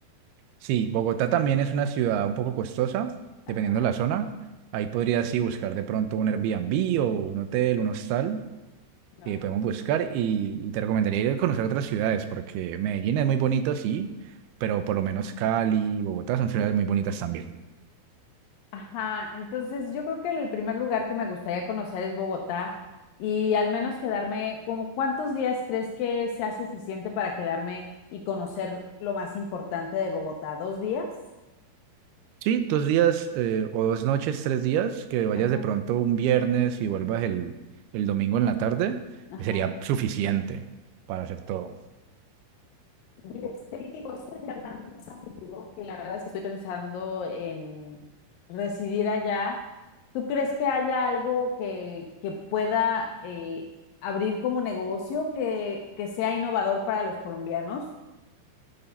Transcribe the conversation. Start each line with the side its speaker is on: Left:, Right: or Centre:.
Right: sí, Bogotá también es una ciudad un poco costosa,
Left: Ajá.
Right: dependiendo de la zona. Ahí podrías sí buscar de pronto un Airbnb o un hotel, un hostal,
Left: ajá.
Right: que podemos buscar y, y te recomendaría ir a conocer otras ciudades, porque Medellín es muy bonito, sí, pero por lo menos Cali, Bogotá son ciudades muy bonitas también.
Left: Ajá, entonces yo creo que el primer lugar que me gustaría conocer es Bogotá y al menos quedarme, como cuántos días crees que sea suficiente para quedarme y conocer lo más importante de Bogotá? ¿Dos días?
Right: Sí, dos días eh, o dos noches, tres días, que vayas
Left: Ajá,
Right: de pronto un viernes y vuelvas el, el domingo en la tarde,
Left: ajá.
Right: sería suficiente para hacer todo.
Left: Y este, digo, esto ya hablando más a futuro, que la verdad es que estoy pensando en residir allá. ¿Tú crees que haya algo que, que pueda eh, abrir como negocio que, que sea innovador para los colombianos?